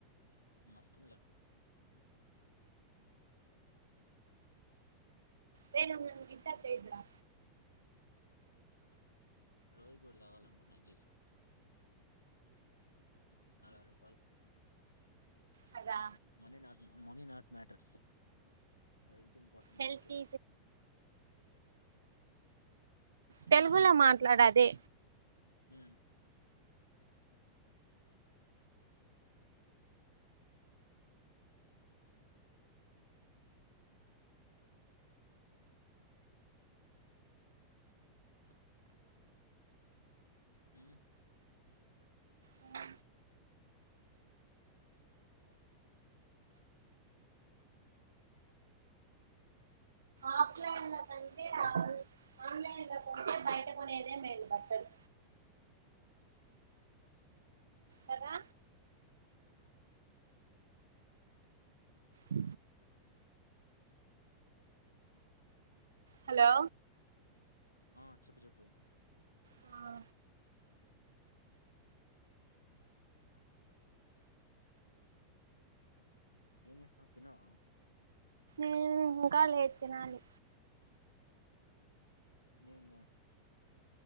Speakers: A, on the left; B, on the right.
A: మస్కుమిలాన్
B: రేయ్ నువ్వు గిట్ల చేయద్దురా
A: రోజు ఒకటి తాగాలనుకున్నా అది చూసి నలవై రుపాల్
B: కదా
A: అన్నీ నాతోనే money not matters health important
B: హెల్తీ
A: మనకి
B: తెలుగులో మాట్లాడాదే
A: ఊ ఉ
B: ఆ
A: ఆ
B: ఆఫలైన్ లో కంటే ఆన్లైన్ లో కొనీదే బయట కొనేదే మేలు బట్టలు కదా అ హలో
A: ఆ చెప్పు చెప్పు
B: ఆ
A: ఏం చేస్తన్నావ్
B: ఇం ఇంకా లేదు తినాలి
A: ఏంగా